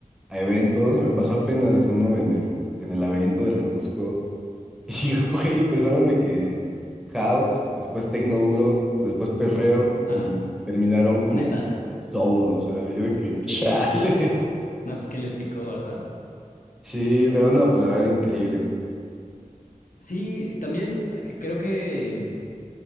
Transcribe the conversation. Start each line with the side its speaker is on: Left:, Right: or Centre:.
Centre: a eventos, me pasó apenas uno en el, en el laberinto de la Jusco <laughs> Y, güey, empezaron de que house, después tecno duro, después perreo
Left: Ajá.
Centre: y terminaron como
Left: Neta,
Centre: soul, o sea, yo de que <laughs>
Left: ¿qué
Centre: chale.
Left: les picó? No, pues qué les picó, ¿verdad?
Centre: Sí, pero no, pues la verdad increíble, cabrón.
Left: Sí, también eh, creo que